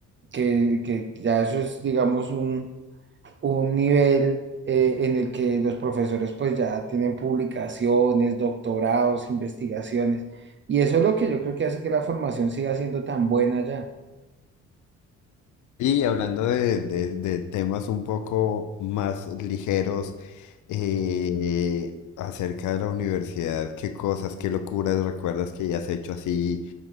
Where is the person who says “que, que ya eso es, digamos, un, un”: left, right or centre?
Right